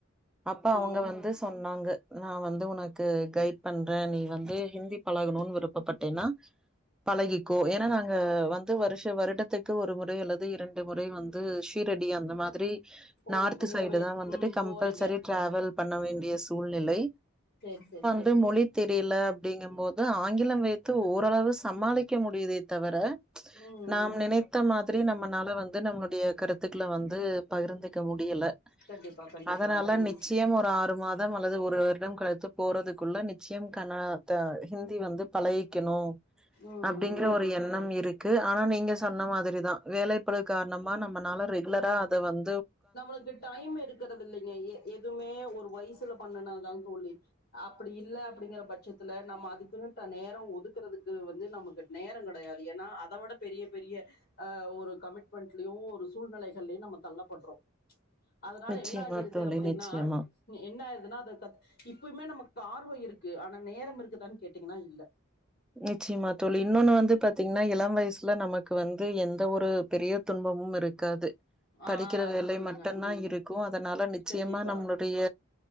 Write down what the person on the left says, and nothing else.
ம்
ஓ
நீங்க
வே
ம்
போறீங்க
சேரி செரி செ
ம்
கண்டிப்பா கண்டிப்பாங்க
ம்
ம்
ம்
நம்மளுக்கு டைம் இருக்கறது இல்லைங்க எ எதுமே ஒரு வயசுல பண்ணுனாதா தோழி அப்பிடி இல்ல அப்பிடிங்கற பட்சத்துல நம்ம அதுக்குன்னு த நேரோ ஒதுக்குறதுக்கு வந்து நமக்கு நேரங் கெடையாது ஏன்னா அத விட பெரிய பெரிய ஆ ஒரு கமிட்மெண்ட்லயு ஒரு சூழ்நெலைகள்லயு நம்ம தள்ளப்பட்றோ அதனால
என்ன ஆகிருது
அப்பிடின்னா
ம் என்ன ஆயிருதுன்னா அத தத் இப்பயுமே நம க்கு ஆர்வோ இருக்கு ஆனா நேரம் இருக்குதான்னு கேட்டீங்கன்னா இல்ல
ஆ
அது
சொல்லுங்க
ம்
கண்டிப்பா